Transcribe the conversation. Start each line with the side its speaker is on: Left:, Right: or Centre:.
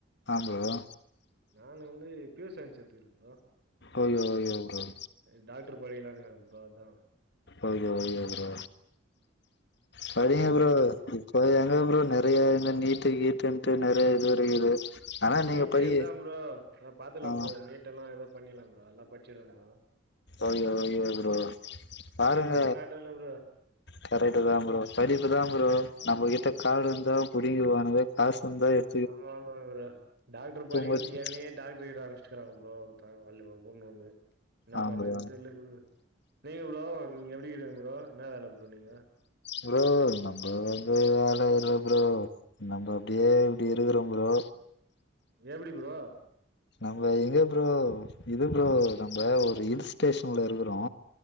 Left: ஆ ப்ரோ
Right: நான் வந்து ப்யூர் சயின்ஸ் எத்துக்கிறே ப்ரோ
Left: ஓகே ஓகே ப்ரோ
Right: எ டாக்ட்ரு படிக்கிலான் இக்கற ப்ரோ அத்தா
Left: ஓகே ஓகே ப்ரோ படிங்க
Right: சரி அதான்
Left: ப்ரோ ஏ எங்க ப்ரோ நெறையா இந்த நீட்டு கீட்டுன்ட்டு நெறையா இது இருக்குது ஆனா
Right: நீட்டு
Left: நீங்க படி
Right: எத்தா ப்ரோ அ பாத்துல்லாம்
Left: ஆ
Right: ப்ரோ நீட் எல்லா எதா பண்ணில்லாம் ப்ரோ அல்லா பச்சிரு ப்ரோ
Left: ஓகே ஓகே ப்ரோ பாருங்க
Right: படிக்கிறதெல்லா மேட்டர் இல்ல ப்ரோ
Left: கரெட்டு தா ப்ரோ படிப்பு தா ப்ரோ நம்மகிட்ட காடு இந்தா புடுங்கிடுவானுங்க ஆ சுந்த எட்
Right: ஆமாமா ப்ரோ டாக்டர் படிக்கித்துக்கு
Left: மட்டு
Right: என்னையேட் டாக்ட்ருட்ட அனுச்ட்டுக்குறாங் ப்ரோ ஒருத்த வல்லு‌வ கூட்னு வந்து என்னா
Left: ஆ
Right: பண்ணுதுன்
Left: ப்ரோ
Right: தெர்ல பு நீங்க ப்ரோ நீங் எப்டிக்கிறிங் ப்ரோ என்னா வேல ப்ரோ நீங்க
Left: ப்ரோ நம்ப வந்து வேல இல்ல ப்ரோ நம்ப அப்டியே இப்டி இருக்குறோம் ப்ரோ
Right: எப்டி ப்ரோ
Left: நம்ப எங்க ப்ரோ இது ப்ரோ நம்ப ஒரு ஹில் ஸ்டேஷன்ல இருக்குறோ